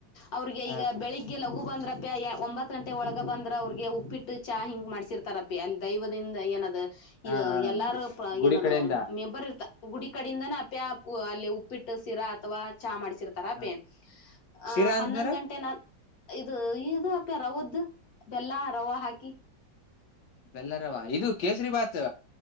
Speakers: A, on the left; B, on the left.
A: ಅವ್ರಿಗೆ
B: ಹ
A: ಈಗ ಬೆಳಿಗ್ಗೆಲ್ಲ ಹಗು ಬಂದ್ರಪ್ಪಿ ಒಂಬತ್ ಗಂಟೆ ಒಳಗ ಬಂದ್ರ ಅವ್ರಿಗೆ ಉಪ್ಪಿಟ್ಟು ಚಾ ಹಿಂಗ್ ಮಾಡ್ಸಿರ್ತಾರಪ್ಪಿ ಅಲ್ಲಿ ದೈವದಿಂದ ಏನದ
B: ಹ
A: ಇದು
B: ಹ
A: ಎಲ್ಲಾರು
B: ಗುಡಿ
A: ಏನದು
B: ಕಡೆಯಿಂದ
A: ಮೆಂಬರ್ ಇರ್ ಗುಡಿ ಕಡಿಂದಾನ ಪ್ಯಾ ಅಲ್ಲಿ ಉಪ್ಪಿಟ್ಟು ಶಿರಾ ಅಥವಾ ಚಾ ಮಾಡ್ತಿ ಿರ್ತಾರ
B: ಹ
A: ಪೇ ಆ
B: ಶಿರಾ
A: ಹನ್ನೊಂದು್
B: ಅಂದ್ರೆ
A: ಗಂಟೆ ನ ಇದು ಇದು ಅಪೆ ರವದ್ದ ಬೆಲ್ಲ ರವ ಹಾಕಿ
B: ಬೆಲ್ಲರವ ಇದು ಕೇಸರಿ ಭಾತ್